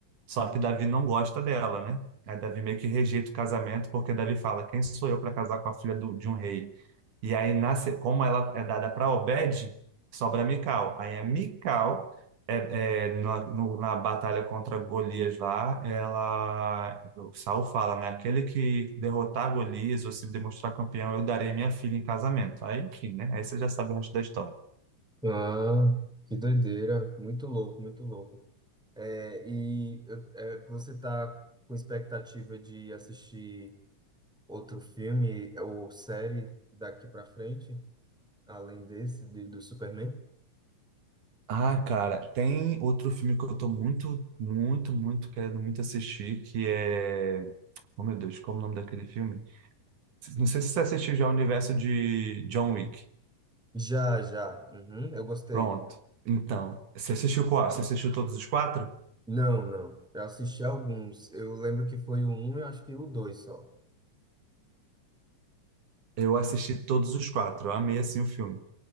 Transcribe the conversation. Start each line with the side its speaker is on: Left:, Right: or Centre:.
Right: só que Davi não gosta dela, né? Aí Davi meio que rejeita o casamento porque Davi fala, quem sou eu para casar com a filha do- de um rei? E aí, nasce, como ela é dada para Obed, sobra Mical. Aí a Mical, é, é, na, no- na batalha contra Golias lá, ela, o Saul fala, né? Aquele que derrotar Golias ou se demonstrar campeão, eu darei minha filha em casamento. Aí, enfim, né? Aí você já sabe o resto da história.
Centre: Ah, que doideira. Muito louco, muito louco. É, e eu- é, você tá com expectativa de assistir outro filme ou série daqui pra frente, além desse de- do Superman?
Right: Ah, cara, tem outro filme que eu tô muito, muito, muito querendo muito assistir, que é... Oh, meu Deus, qual é o nome daquele filme? Não sei se você assistiu já o universo de John Wick.
Centre: Já, já. Uhum, eu gostei.
Right: Pronto. Então, você assistiu qual? Você assistiu todos os quatro?
Centre: Não, não. Eu assisti alguns. Eu lembro que foi o um e acho que o dois só.
Right: Eu assisti todos os quatro. Eu amei assim o filme.